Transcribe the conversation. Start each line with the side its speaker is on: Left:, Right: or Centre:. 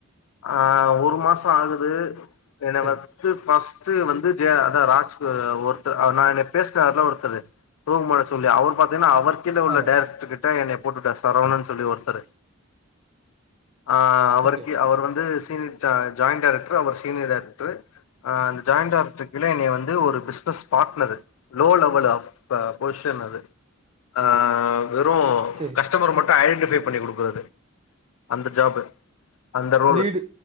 Left: ஆ ஒரு மாசோ ஆகுது எனை
Right: சரி
Left: வத் து ஃபஸ்ட்டு வந்து ஜே அதா ராஜ் ஒருத்த அ நானு எப் பேச்னார்ல ஒருத்தரு தூங்மானச் சொல்லி அவுரு பாத்தீங்னா அவர் கீழ உள்ள
Right: ஆமா
Left: டைரக்டர் கிட்ட எனையப் போட்டு வுட்டார் சரவணன் சொல்லி ஒருத்தரு ஆ அவருக்கீ
Right: ஓகே
Left: அவரு வந்து சீனியர் ஜா ஜாயிண்ட் டைரக்ட்ரு அவரு சீனியர் டைரக்ட்ரு ஆ அந்த ஜாயிண்ட் டைரக்ட்ரு கீழ எனைய வந்து ஒரு business partner low level of பா பொசிஷன் அது ஆ வெறு
Right: சேரி
Left: கஸ்டமர் மட்டு ஐடென்டிஃபை பண்ணி குடுக்கறது அந்த ஜாபு அந்த ரோலு
Right: லீடு